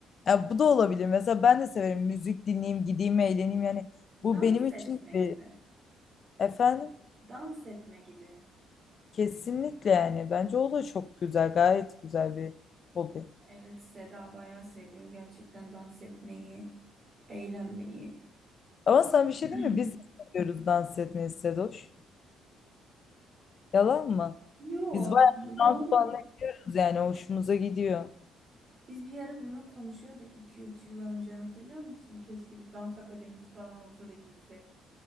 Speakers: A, on the left; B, on the right.
A: Ya bu da olabilir. Mesela ben de severim müzik dinleyeyim, gideyim, eğleneyim yani. Bu
B: Dans
A: benim için
B: etme
A: bir
B: gibi.
A: efendim
B: Dans etme gibi.
A: kesinlikle yani. Bence o da çok güzel, gayet güzel bir hobi.
B: Evet Seda bayağı seviyor gerçekten dans etmeyi, eğlenmeyi.
A: Ama sana bir şey
B: <clears throat>
A: diyeyim mi? Biz de seviyoruz dans etmeyi Sedoş. Yalan mı?
B: Yo
A: Biz
B: aslında
A: bayağı
B: doğru.
A: dans anlıyoruz yani hoşumuza gidiyor.
B: Biz bir ara bunu konuşuyorduk iki üç yıl önce hatırlıyor musun? Keşke bir dans akademisi falan olsa da gitsek.